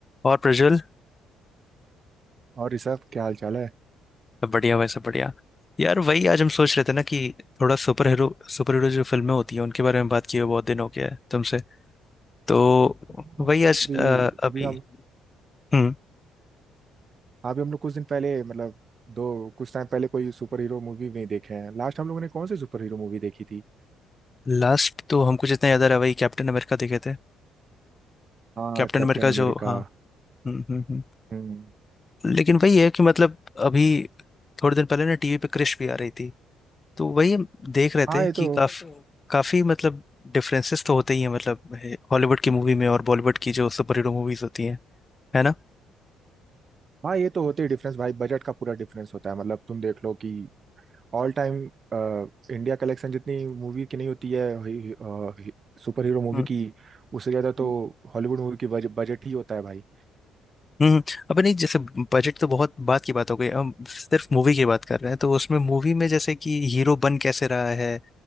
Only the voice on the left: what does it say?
और प्रज्वल
सब बढ़िया भाई सब बढ़िया यार वही आज हम सोच रहे थे ना कि थोड़ा सुपर हीरो सुपर हीरो जो फिल्में होती हैं उनके बारे में बात किए हुए बहुत दिन हो गया है तुमसे तो
वही आज
अ, अभी
हम्म
लास्ट तो हमको जितना याद आ रहा है वही कैप्टन अमेरिका देखे थे
कैप्टन
अमेरिका
जो हाँ हम्म हम्म हम्म।
लेकिन वही है कि मतलब अभी थोड़े दिन पहले ना टीवी पे क्रिश भी आ रही थी तो वही हम देख रहे
थे
कि
काफी काफी मतलब डिफरेंसेस तो होते ही हैं मतलब हॉलीवुड की मूवी में और बॉलीवुड की जो सुपर हीरो मूवीज होती हैं है ना
हम्म
हम्म,
हम्म। अब नहीं जैसे बजट तो बहुत बात की बात हो गई हम सिर्फ मूवी की बात कर रहे हैं तो उसमें मूवी में जैसे कि हीरो बन कैसे रहा है